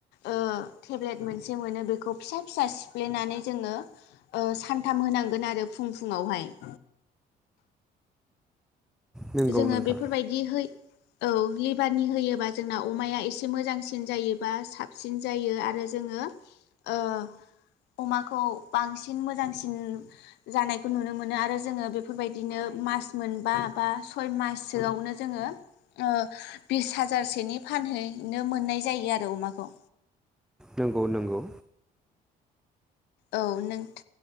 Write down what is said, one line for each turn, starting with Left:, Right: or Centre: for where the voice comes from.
Left: ओ टेबलेट मोनसे मोनो फिसा फिसा सिफ। फ्लेनानै जोङो ओ सानथाम होनांगोन आरो फुं फुुंङावहाय <inaudible>
Centre: नंगौ
Left: जोङो
Centre: नोंथां
Left: बेफोरबायदि है औ लिभारनि हैयोबा जोंना अमाया एसे मोजांसिन सिन जायोबा साबसिन जायो आरो जोङो ओ अमाखौ बांसिन मोजांसिन जानायखौ नुनो मोनो आरो जोङो बेफोरबायदिनो मास मोनबा बा सय माससोयावनो जोङो ओ बिस हाजारसेनि फानहैनो मोननाय नाय जायो आरो अमाखौ
Centre: नंगौ नंगौ
Left: औ नोंथ